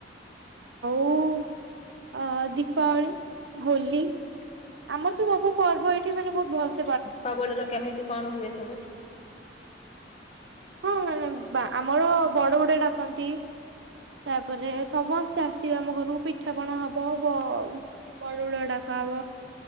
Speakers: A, on the right; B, on the left.
A: ଆ ଦୀପାବଳି ହୋଲି ଆମର ତ ସବୁ ପର୍ବ ଏଇଠି ମାନେ ବହୁତ ଭଲ।
B: ଦୀପାବଳି ର କେମିତି କଣ ହୁଏ? ସବୁ।
A: ହଁ ହଁ ଆମର ବଡ ବଡୁଆ ଡାକନ୍ତି ତାପରେ ସମସ୍ତେ ଆସିବେ ଆମ ଘରକୁ ପିଠାପଣା ହବ ବଡ ବଡୁଆ ଡାକାହବ